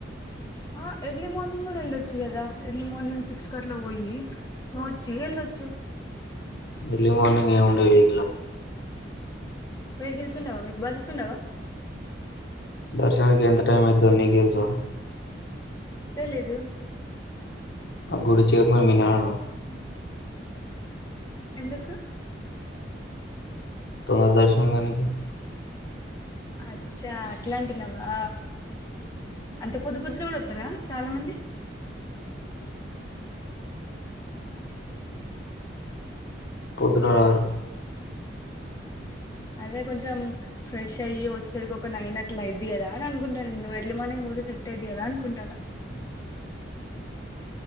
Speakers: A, on the left (about 20°); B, on the left (about 60°).
A: ఆ ఎర్లీ మార్నింగ్ కూడా ఏళ్ళొచ్చు గదా ఎర్లీ మార్నింగ్ సిక్స్ కట్లా పోయి నువోచ్చి వెళ్ళొచ్చు
B: ఎర్లీ మార్నింగ్ ఏముండై వెకిల్ల
A: వెకిల్స్ ఉండవా మీకు బస్సెస్ ఉండవా
B: దర్శనానికి ఎంత టైం అయితదో నీకు తెలుసా
A: తెలీదు
B: ఆ గుడి చైర్మన్ మీ నాన్న నా
A: ఎందుకు
B: తొందరగా దర్శనం కానికి
A: అచ్చా అట్లా అంటున్నావా అంత పొద్దు పొద్దున కూడా వత్తరా చాలా మంది
B: పోద్దున రారు
A: అదే కొంచెం ఫ్రెష్ అయ్యి వచ్చేసరికి ఒక నైన్ అట్ల అయిద్ది కదా అని అనుకుంటాను నువు ఎర్లీ మార్నింగ్ పోతే సెట్ అయిది కదా అనుకుంటాను